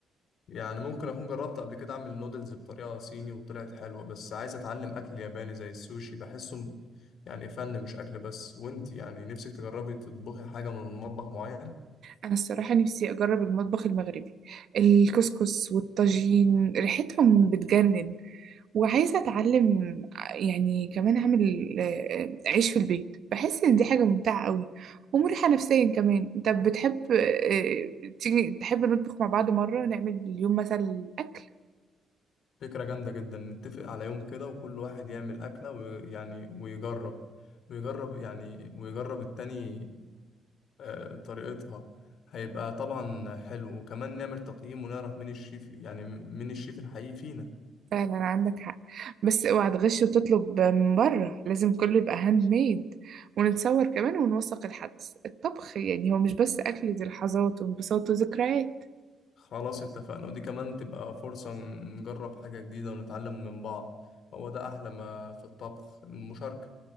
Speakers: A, on the left; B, on the right.
A: يعني ممكن اكون جربت قبل كده اعمل نودلز بطريقه صيني وطلعت حلوه بس عايز اتعلم اكل ياباني زي السوشي بحسه يعني فن مش اكل بس وانت يعني نفسك تجربي تطبخي حاجه من مطبخ معين
B: أنا الصراحة نفسي أجرب المطبخ المغربي الكسكس والطاجين ريحتهم بتجنن وعايزة أتعلم يعني كمان أعمل آه، عيش في البيت بحس إن دي حاجة ممتعة قوي ومريحة نفسيا كمان طب بتحب آه، تيجي تحب نطبخ مع بعض مرة نعمل اليوم مثلا أكل
A: فكرة جامدة جدا نتفق على يوم كده وكل واحد يعمل أكلة ويعني ويجرب ويجرب يعني ويجرب التاني آه، طريقتها هيبقى طبعا حلو وكمان نعمل تقييم ونعرف مين الشيف يعني مين الشيف الحقيقي فينا
B: فعلا عندك حق بس اوعى تغش وتطلب من بره لازم كله يبقى هاند ميد ونتصور كمان ونوثق الحدث الطبخ يعني هو مش بس أكل دي لحظات وانبساط وذكريات
A: خلاص اتفقنا ودي كمان تبقى فرصة نجرب حاجة جديدة ونتعلم من بعض هو ده أحلى ما في الطبخ المشاركة